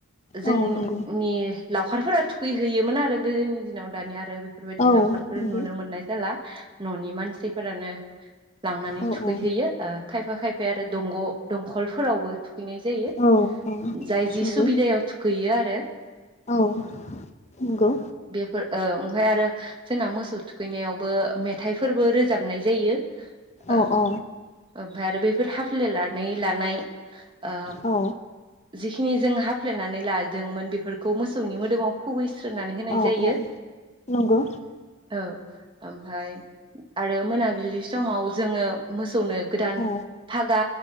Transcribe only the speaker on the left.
औ नंगौ
औ
नंगौ
औ
औ
औ औ
नंगौ
औ नंगौ
औ औ
औ
औ औ नंगौ
औ